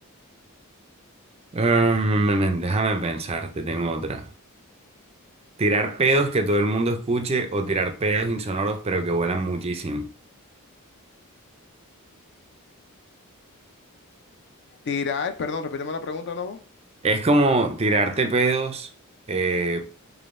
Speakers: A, on the right (about 25°); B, on the left (about 50°).
A: Mm, déjame pensar, te tengo otra. Tirar pedos que todo el mundo escuche o tirar pedos insonoros pero que vuelan muchísimo.
B: Tirar, perdón, repíteme la pregunta, ¿no?
A: Es como tirarte pedos eh,